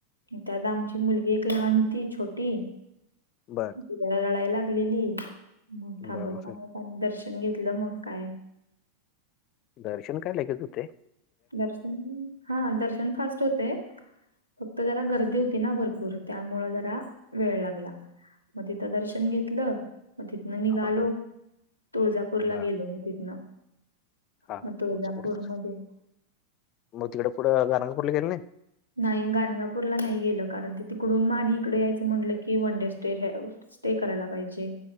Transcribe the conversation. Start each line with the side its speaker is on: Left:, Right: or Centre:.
Right: त्यात आमची मुलगी एक लहान होती छोटी.
Left: बरं
Right: किती जरा रडायला लागलेली मग थांबत
Left: बरं
Right: थांबत दर्श. घेतलं मग काय.
Left: दर्शन काय लगेच हूतय.
Right: दर्शन. हा दर्शन फास्ट हूतय. फक्त जरा गर्दी होती ना भरपूर त्यामुळं जरा वेळ लागला मग तिथं दर्शन घेतलं म तिथन निघालो
Left: हा हा
Right: तुळजापूरला
Left: बर
Right: गेलो म तिथन
Left: हा
Right: मग
Left: हा तुमचं
Right: तुळजापूरमध्ये
Left: बोलणं. मग तिकडं पुढं गाणगापूर ला गेला नाही
Right: नाही गाणगापूरला नाही गेलं कारण ते तिकडून मा आणि इकडे यायचं म्हटलं की वनडे स्टे हे स्टे करायला पाहिजे